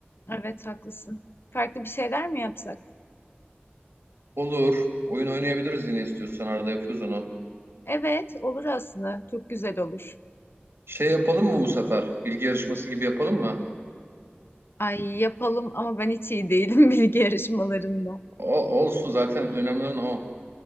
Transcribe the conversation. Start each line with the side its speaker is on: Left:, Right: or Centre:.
Left: Evet, haklısın. Farklı bir şeyler mi yapsak?
Right: Olur. Oyun oynayabiliriz yine istiyorsan. Arada yapıyoruz onu.
Left: Evet, olur aslında. Çok güzel olur.
Right: Şey yapalım mı bu sefer? Bilgi yarışması gibi yapalım mı?
Left: Ay yapalım ama ben hiç iyi değilim <laughs> bilgi yarışmalarında.
Right: O, olsun zaten önemli olan o.